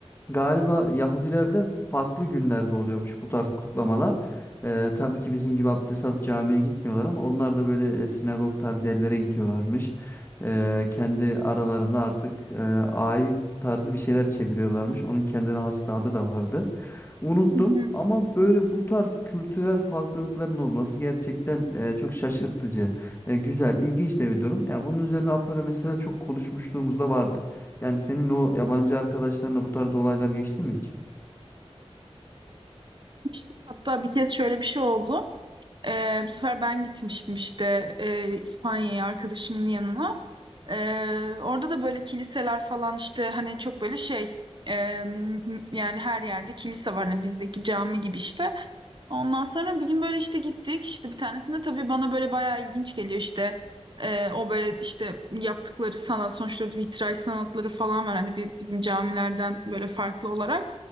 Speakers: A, on the left; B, on the right.
A: Galiba Yahudilerde farklı günlerde oluyormuş bu tarz kutlamalar. Ee, tabii ki bizim gibi abdest alıp camiye gitmiyorlar ama onlar da böyle e, sinagog tarzı yerlere gidiyorlarmış. Ee, kendi aralarında artık e, ayim tarzı bir şeyler çeviriyorlarmış. Onun kendine has bir adı da vardı. Unuttum
B: hı hı.
A: ama böyle bu tarz kültürel farklılıkların olması gerçekten e, çok şaşırtıcı. E, güzel, ilginç de bir durum. Ya bunun üzerine Apollo mesela çok konuşmuşluğumuz da vardır. Yani senin o yabancı arkadaşlarınla bu tarz olaylar geçti mi hiç?
B: İşte hatta bir kez şöyle bir şey oldu. Ee, bu sefer ben gitmiştim işte e, İspanya'ya arkadaşımın yanına. Ee, orada da böyle kiliseler falan işte hani çok böyle şey e, yani her yerde kilise var. Hani bizdeki cami gibi işte. Ondan sonra bir gün böyle işte gittik işte bir tanesinde tabii bana böyle bayağı ilginç geliyor işte Ee, o böyle işte yaptıkları sanat sonuçta vitray sanatları falan var hani bir- bizim camilerden böyle farklı olarak.